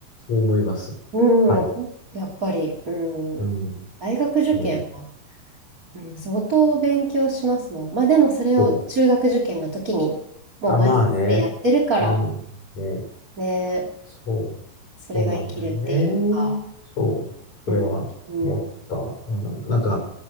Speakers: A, on the left (about 35°); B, on the right (about 25°).
A: う思います。
B: うん。
A: はい。
B: こやっぱり、う
A: うん。
B: ん。大学受験は
A: ね。
B: うん相当勉強しますもん。まあでもそれを中学受験の時にもう前もってやってるから
A: そう。あ、まあね。うん。ね。
B: ね、
A: そう、
B: それが生きるっていうか。
A: そうなんだよね。そう、それは思った。
B: うん、うん、うん
A: うん、なんか、